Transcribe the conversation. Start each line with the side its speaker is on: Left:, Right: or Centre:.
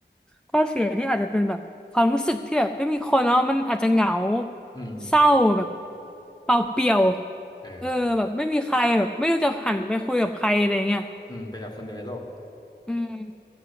Centre: ข้อเสียที่อาจจะเป็นแบบความรู้สึกที่แบบไม่มีคนเนาะมันอาจจะเหงา
Left: อืมอืม
Centre: เศร้าแบบเปล่าเปลี่ยว
Left: เออ
Centre: เออแบบไม่มีใครแบบไม่รู้จะหันไปคุยกับใครอะไรเงี้ย
Left: อืมเป็นแบบคนเดียวในโลก
Centre: อืม